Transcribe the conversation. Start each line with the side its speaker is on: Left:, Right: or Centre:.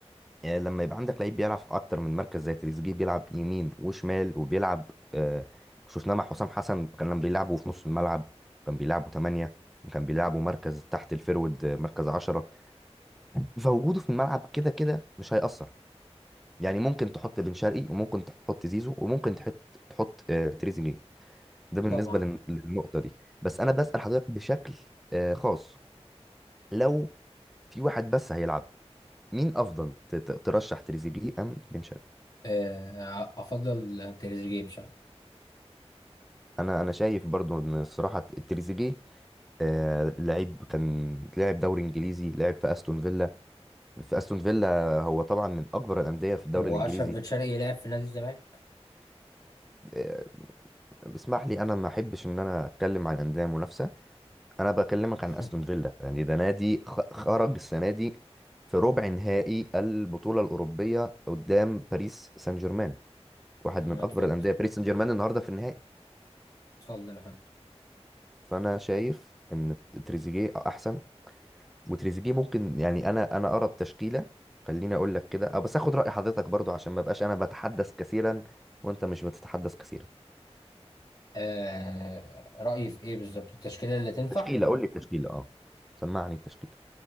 Centre: آه، لما يبقى عندك لعيب بيلعب في اكتر من مركز زي تريزيجيه بيلعب يمين وشمال وبيلعب آه، شفناه مع حسام حسن كان لما بيلعبه في نص الملعب كان بيلعبه 8 كان بيلعبه مركز تحت الفيرود آه، مركز 10 فوجوده في الملعب كده كده مش هيأثر يعني ممكن تحط بن شرقي وممكن تحط زيزو وممكن تحط تحط آه، تريزيجيه ده بالنسبة
Left: طبعا
Centre: لل- للنقطة دي بس أنا بسأل حضرتك بشكل آه، خاص لو في واحد بس هيلعب مين أفضل ت- ت- ترشح تريزيجيه أم بن شرقي
Left: آه، افضل تريزيجيه بصراحه
Centre: انا انا شايف برضو ان الصراحه تريزيجيه آه لعيب كان لاعب دوري انجليزي لعب في استون فيلا في استون فيلا هو طبعا من اكبر الانديه في الدوري
Left: واشرف
Centre: الانجليزي
Left: بن شرقي لعب في نادي الزمالك
Centre: آه اسمح لي انا ما احبش ان انا اتكلم عن انديه منافسه انا بكلمك
Left: <laughs>
Centre: عن استون فيلا يعني ده نادي خ- خرج السنه دي في ربع نهائي البطوله الاوروبيه قدام باريس سان جيرمان واحد
Left: تمام
Centre: من
Left: اتفضل
Centre: اكبر الانديه باريس سان جيرمان النهارده في النهائي
Left: اتفضل يا فندم
Centre: فانا شايف ان تريزيجيه احسن وتريزيجيه ممكن يعني انا انا ارى التشكيله خليني اقول لك كده أه بس اخد راي حضرتك برضو عشان ما بقاش انا بتحدث كثيرا وانت مش بتتحدث كثيرا
Left: آه رأيي في ايه بالظبط التشكيلة اللي تنفع
Centre: تشكيله قول تمام لي التشكيله اه سمعني التشكيله